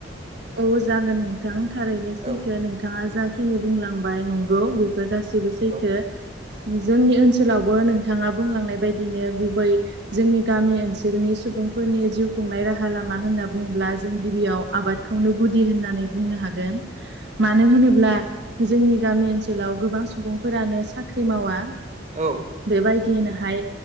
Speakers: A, on the right; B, on the right.
A: औ जागोन नोंथां थारैनो सैथो
B: औ
A: नोंथाङा जा खिनि बुंलांबाय नंगौ बेफोर गासिबो सैथो
B: औ
A: जोंनि ओनसोलावबो नोंथाङा बुंलांनाय बायदिनो गुबै जोंनि गामि ओनसोलनि सुबुंफोरनि जिउ खुंनाय राहा लामा होनना बुङोब्ला जों गिबियाव आबाद खौनो गुदि होननानै बुंनो हागोन मानो होनोब्ला जोंनि गामि ओनसोलाव गोबां सुबुंफोरानो साख्रि मावा
B: औ
A: बेबायदियैनोहाय